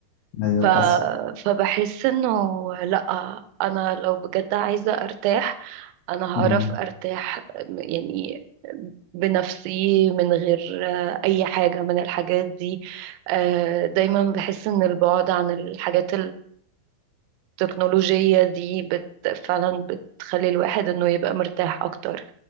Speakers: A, on the left; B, on the right.
A: ايوه
B: ف...
A: بس
B: فبحس إنه لأ أنا لو بجد عايزة أرتاح انا
A: مم.
B: هعرف ارتاح يعني بنفسي من غير آه، اي حاجة من الحاجات دي آه، دايما بحس ان البعد عن الحاجات التكنولوجية دي بت فعلا بتخلي الواحد انه يبقى مرتاح اكتر